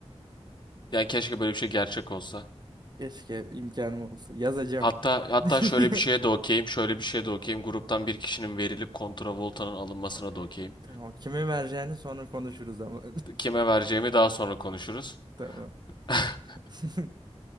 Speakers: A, on the left (about 40°); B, on the right (about 40°).
A: yani keşke böyle bir şey gerçek olsa.
B: Keşke imkanım olsa. Yazacağım.
A: Hatta hatta
B: <laughs>
A: şöyle bir şeye de okeyim, şöyle bir şeye de okeyim. Gruptan bir kişinin verilip kontravoltanın alınmasına
B: Ay,
A: da okeyim.
B: Tamam. Kime vereceğini sonra konuşuruz ama.
A: Kime vereceğimi daha sonra konuşuruz.
B: <laughs> Tamam. <laughs>
A: <laughs>